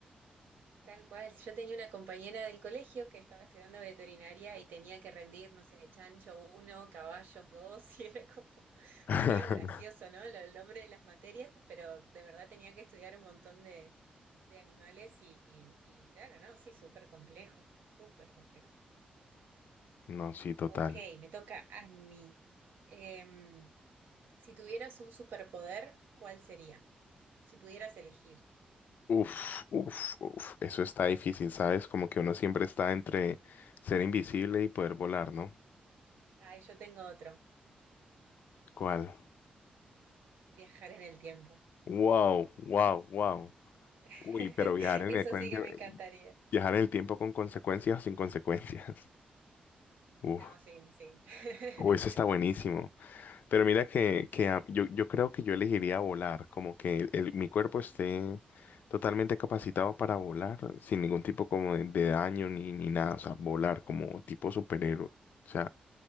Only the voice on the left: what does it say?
<laughs>
No, sí, total.
Uf, uf, uf. Eso está difícil, ¿sabes? Como que uno siempre está entre ser invisible y poder volar, ¿no?
¿Cuál?
Wow, wow, wow.
Uy, pero viajar en
el, cuen-
viajar en el tiempo con consecuencias o sin consecuencias. <laughs> Uf.
Uy, eso está buenísimo. Pero mira que,
que
a- yo, yo creo que yo elegiría volar, como que el- mi cuerpo esté totalmente capacitado para volar, sin ningún tipo como de, de daño ni, ni nada. O sea, volar como tipo superhéroe. O sea,